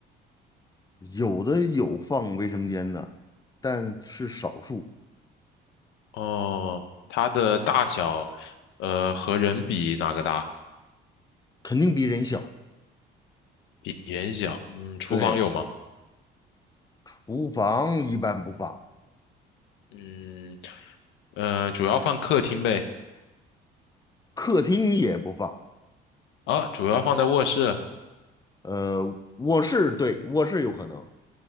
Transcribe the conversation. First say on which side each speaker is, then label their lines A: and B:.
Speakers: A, on the left; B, on the left.
A: 有的有放卫生间的，但是少数，
B: 哦，它的大小，呃，和人比哪个大？
A: 肯定比人小。
B: 比人小。嗯，厨房有吗？
A: 对，厨房一般不放，
B: 嗯，呃，主要放客厅呗。
A: 客厅也不放，
B: 啊，主要放在卧室。
A: 呃，卧室对，卧室有可能